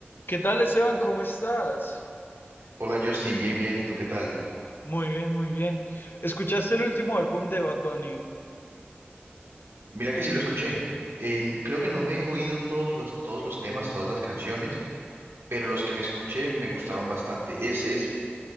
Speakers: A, on the left; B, on the right.
A: ¿Qué tal, Esteban? ¿Cómo estás?
B: Hola Justin, bien, bien, ¿y tú qué tal?
A: Muy bien, muy bien. ¿Escuchaste el último álbum de Bad Bunny?
B: Mira que sí lo escuché. En- creo que no me he oído todos los, todos los temas, todas las canciones, pero los que me escuché me gustaron bastante. Es, es